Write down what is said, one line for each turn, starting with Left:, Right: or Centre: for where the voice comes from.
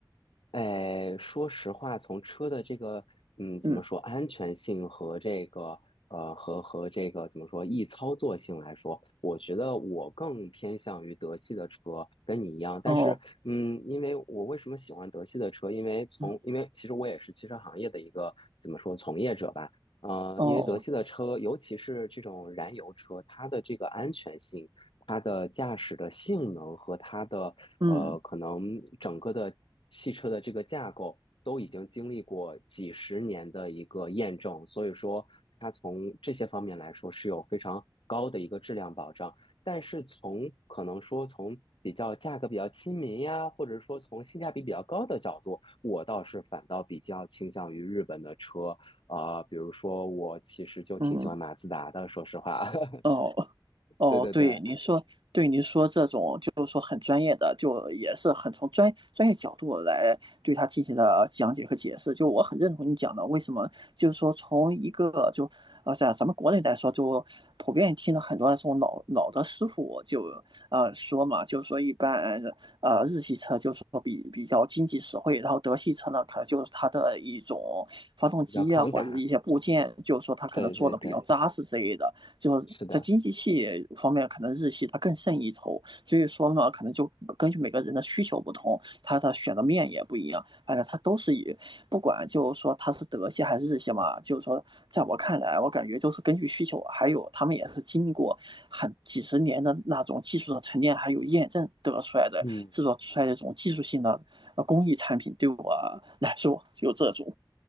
Left: 哎，说实话，从车的这个嗯，怎么说安全性和这个呃和和这个怎么说易操作性来说，
Right: 嗯，
Left: 我觉得我更偏向于德系的车，跟你一样。但是嗯，
Right: 哦，
Left: 因为我为什么喜欢德系的车？因为从因为其实我也是汽车行业的一个怎么说从业者吧。
Right: 嗯，
Left: 呃，
Right: 哦，
Left: 因为德系的车，尤其是这种燃油车，它的这个安全性。它的驾驶的性能和它的呃，
Right: 嗯，
Left: 可能整个的汽车的这个架构都已经经历过几十年的一个验证，所以说它从这些方面来说是有非常高的一个质量保障。但是从可能说从比较价格比较亲民呀，或者说从性价比比较高的角度，我倒是反倒比较倾向于日本的车。呃，比如说我其实就挺喜欢马自达的，
Right: 嗯，
Left: 说实话，
Right: 哦。
Left: <laughs>
Right: 哦，
Left: 对对对，
Right: 对，您说，对您说这种就是说很专业的，就也是很从专专业角度来对它进行了讲解和解释。就我很认同你讲的，为什么就是说从一个就呃在咱们国内来说，就普遍听了很多这种老老的师傅就呃说嘛，就是说一般呃日系车就是说比比较经济实惠，然后德系车呢可能就是它的一种发动机啊或者一些部件，
Left: 比较抗打。
Right: 就是说它可能做的比较扎实之类的。
Left: 对对对，
Right: 就是在经济系方面，
Left: 是的，
Right: 可能日系它更胜一筹。所以说呢，可能就根据每个人的需求不同，它的选的面也不一样。反正它都是以，不管就是说它是德系还是日系嘛，就是说，在我看来，我感觉就是根据需求，还有他们也是经历过很几十年的那种技术的沉淀，还有验证得出来的制作出来的这种技术性的呃工艺产品，
Left: 嗯
Right: 对我 <laughs> 来说就这种，